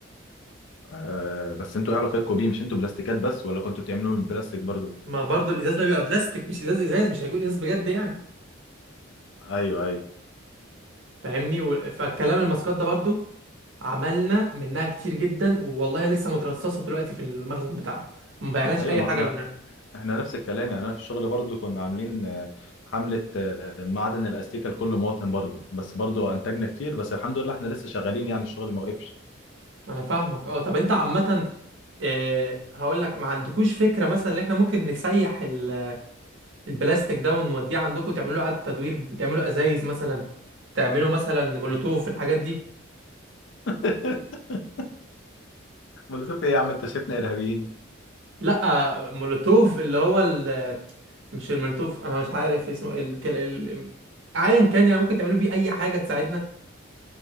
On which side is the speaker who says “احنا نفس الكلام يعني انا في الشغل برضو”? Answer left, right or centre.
Left